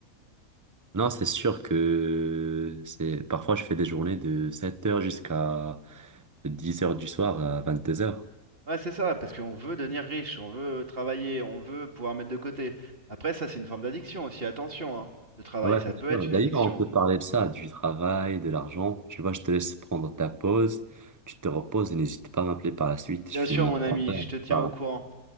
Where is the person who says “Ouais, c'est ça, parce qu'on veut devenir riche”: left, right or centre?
Right